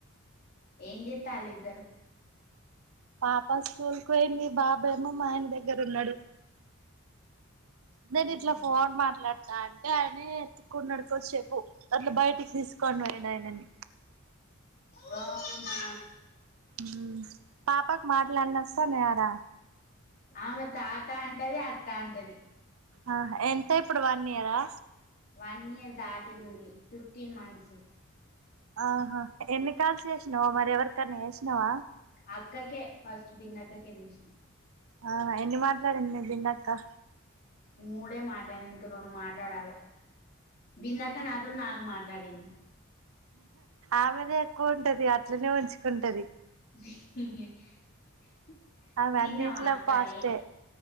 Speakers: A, on the left; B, on the right.
A: ఎంజేతలు ఇద్దరు
B: పాప స్కూల్కు పోయింది బాబు ఏమో మా ఆయన దగ్గర ఉన్నాడు నేను
A: ఉహు
B: ఇట్ల ఫోన్ మాట్లాడ్ త అంటే అయనే కున్నడుకొచ్చేపు అట్లా బయటికి <unintelligible> తీసుకోన్ పోయిండు ఆయననే
A: ఓ అవున
B: హ్మ్ పాపకు మాట్లన్ని వస్తానైకాద
A: ఆ మరీ తాత అంటది అత్త అంటది
B: ఆహ్ ఎంత ఇప్పుడు వన్ ఇయరా.
A: వన్ ఇయర్ దాటింది ఫిఫ్టీన్ మంత్స్.
B: ఆహా ఎన్ని. కాల్స్ చేసిన్నవా మరి ఎవరికన్న చేస్. ఆహ్.
A: అక్కకే ఫస్ట్ బిన్న అక్కకే తీసింది.
B: అహా ఎన్ని మాట్. మట్లాడిన బిన్నాక్క.
A: మూడే మాట్లాడింది ఇంక రెండు మాట్లాడాలే. బిందక్క నాతోనీ నాలుగు మాట్ ట్లాడింది.
B: ఆమెదే ఎక్కువ ఉంటది అట్లనే ఉంచుకుంటది.
A: <inaudible>
B: ఆమె
A: తిన్నావా
B: అన్నిట్లో
A: అక్క
B: పాస్టే
A: ఏ